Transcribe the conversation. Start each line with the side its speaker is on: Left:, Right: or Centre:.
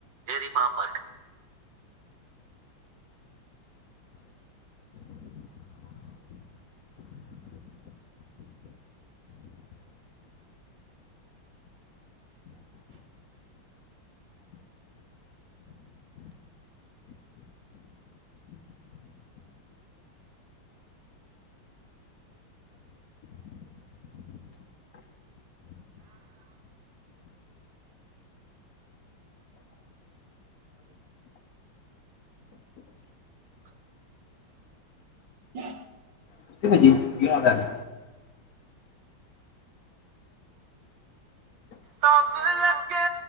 Right: मेरी माँ मर गई हम
Left: नते पाहिजे किन
Right: तब लगे